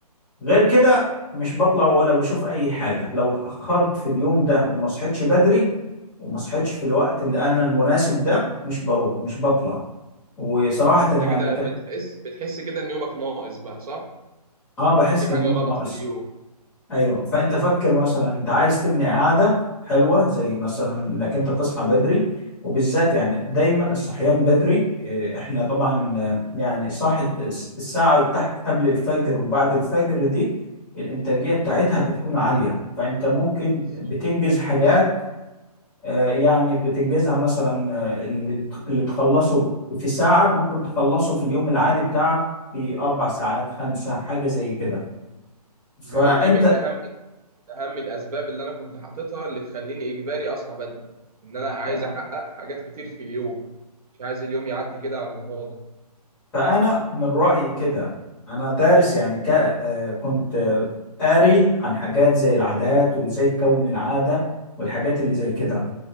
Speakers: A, in the centre; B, on the right.
A: غير كده مش بطلع ولا بشوف اي حاجه لو اتاخرت في اليوم ده وما صحيتش بدري وما صحيتش في الوقت اللي انا المناسب ده مش بروح مش بطلع وصراحه
B: أنت
A: يعني
B: كده
A: كان
B: بتحس بتحس كده إن يومك ناقص بقى صح؟
A: اه بحس
B: في
A: كان
B: حاجة
A: يوم
B: غلط
A: ناقص
B: في اليوم
A: ايوه فانت فكر مثلا انت عايز تبني عاده حلوه زي مثلا انك انت تصحى بدري وبالذات يعني دايما الصحيان بدري إيه، احنا طبعا آه، يعني صاحي الس- الساعه تحت قبل الفجر وبعد الفجر دي الانتاجيه بتاعتها بتكون عاليه فانت ممكن
B: بالظبط
A: بتنجز حاجات
B: بالظبط
A: آه، يعني بتنجزها مثلا آه، اللي تخ- اللي تخلصه في ساعه ممكن تخلصه في اليوم العادي بتاعك في اربع ساعات خمسه حاجه زي كده فانت
B: ما هي دي من أهم اهم الاسباب اللي انا كنت حاططها اللي تخليني اجباري اصحى بدري ان انا عايز
A: يعني
B: احقق حاجات كتير في اليوم مش عايز اليوم يعدي كده على الفاضي
A: فأنا من رأيي كده أنا دارس يعني ك... آه، كنت آه، قاري عن حاجات زي العادات وإزاي تكون العادة والحاجات اللي زي كده